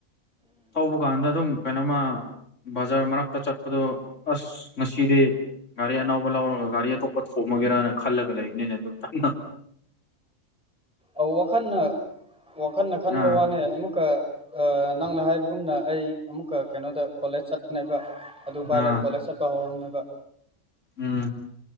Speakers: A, on the left (about 60°); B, in the centre.
A: ꯊꯧꯕ ꯀꯥꯟꯗ ꯑꯗꯨꯝ ꯀꯩꯅꯣꯃ ꯕꯖꯥꯔ ꯃꯔꯛꯇ ꯆꯠꯄꯗꫭ ꯑꯁ ꯉꯁꯤꯗꯤ ꯒꯥꯔꯤ ꯑꯅꯧꯕ ꯂꯧꯔꯒ ꯒꯥꯔꯤ ꯑꯇꯣꯞꯄ ꯊꯣꯝꯃꯒꯦꯔꯅ ꯈꯜꯂꯒ ꯂꯩꯕꯅꯤꯅ ꯑꯗꯨꯝ ꯀꯟꯅ
B: ꯑ ꯋꯥꯈꯜꯅ ꯋꯥꯈꯜꯅ ꯈꯟꯕ
A: ꯑꯥ
B: ꯋꯥꯅꯦ ꯑꯃꯨꯛꯀ ꯑ ꯅꯪꯅ ꯍꯥꯏꯕꯒꯨꯝꯅ ꯑꯩ ꯑꯃꯨꯛꯀ ꯀꯩꯅꯣꯗ ꯀꯣꯂꯦꯖ ꯆꯠꯄꯅ‌ꯦꯕ ꯑꯗꯨ ꯄꯥꯏꯔꯦ
A: ꯑꯥ
B: ꯀꯣꯂꯦꯖꯇ ꯇꯧꯍꯧꯅ‌ꯦꯕ
A: ꯎꯝ